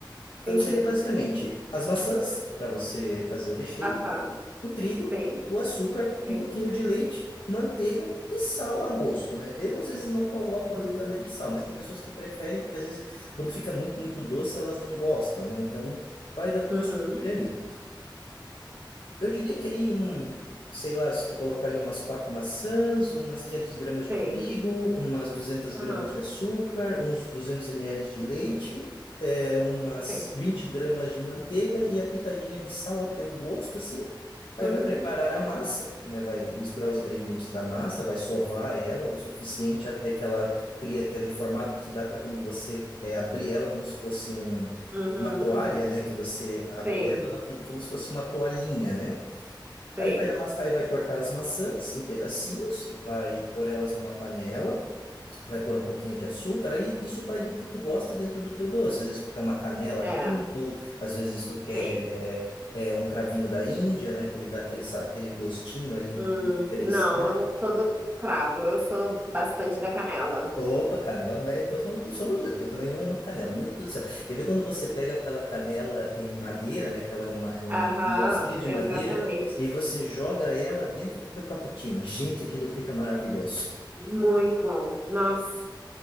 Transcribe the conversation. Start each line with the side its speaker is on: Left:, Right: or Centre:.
Left: Então
Right: entendi.
Left: seria basicamente as maçãs para você fazer o recheio,
Right: Aham,
Left: o trigo,
Right: sim,
Left: o açúcar,
Right: sim.
Left: um pouquinho de leite, manteiga e sal a gosto, né? Eu às vezes não coloco
Right: Uhum,
Left: a pitada de sal, mas tem pessoas que preferem porque às vezes quando fica muito, muito doce, elas não gostam, né? Então vai da tua
Right: uhum,
Left: escolha ali. Eu diria que aí um, sei lá, se tu colocar ali umas quatro maçãs, umas 500 gramas de
Right: sim.
Left: trigo, umas duzentas
Right: Aham,
Left: gramas de açúcar, uns 200 mililitros de leite é umas
Right: sim.
Left: 20 gramas de manteiga e a pitadinha de sal a teu gosto, assim. Aí
Right: Uhum,
Left: vai preparar a massa, né? Vai misturar os ingredientes da massa, vai sovar ela o suficiente até que ela crie aquele formato que dá para como você é, abrir ela como se fosse um,
Right: uhum,
Left: uma toalha, né? Que você abre
Right: sim,
Left: ela, ela fica como se fosse uma toalhinha, né?
Right: sim.
Left: Aí vai amassar, aí vai cortar as maçãs em pedacinhos, vai pôr elas numa panela, vai pôr um pouquinho de açúcar, aí isso vai do que tu gosta dentro do teu doce. Às vezes tu quer uma canela
Right: É,
Left: junto, às vezes tu quer
Right: sim.
Left: é, um cravinho da Índia, né? Que ele dá aquele, sa- aquele gostinho ali um
Right: Hum,
Left: pouquinho diferenciado.
Right: não, eu não sou do cravo, eu sou bastante da canela.
Left: Opa, canela, mas então somos, somos dois, porque eu também amo uma canela. Meu Deus do céu. Quer ver quando você pega aquela canela em madeira, né? Que ela é uma, é um-
Right: Aham,
Left: uma lasquinha de
Right: exatamente.
Left: madeira, e você joga ela dentro do teu cappuccino. Gente, aquilo fica maravilhoso.
Right: Muito bom. Nossa,